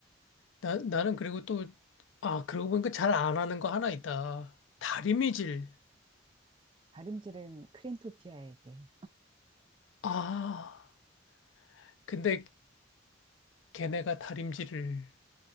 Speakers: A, on the left (about 80°); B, on the right (about 25°).
A: 나, 나는 그리고 또, 아, 그러고 보니까 잘 안 하는 거 하나 있다. 다림이질.
B: <laughs> 다림질은 크린토피아에게.
A: 아, 근데 걔네가 다림질을